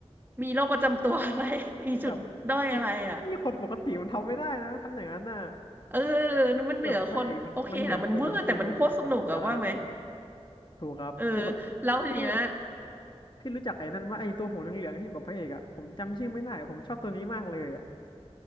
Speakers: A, on the right (about 20°); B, on the left (about 45°).
A: มีโรคประจำตัวอะไร <laughs> มีจุดด้อยอะไรอะ
B: แบบคือพี่คนปกติมันทำไม่ได้นะทำอย่างนั้นน่ะ
A: เออมันเหนือคนโอเคแหละมันเวอร์แต่มันโคตรสนุกอะว่าไหม
B: แบบพระเอกมันมันเหนือคนจริงๆอ่ะใช่ถูกครับแต่แบบ
A: เออแล้วทีเนี้ย
B: พี่พี่รู้จักไอ้นั่นว่าไอ้ตัวหัวเหลืองๆที่อยู่กับพระเอกอ่ะผมจำชื่อไม่ได้ผมชอบตัวนี้มากเลยอ่ะ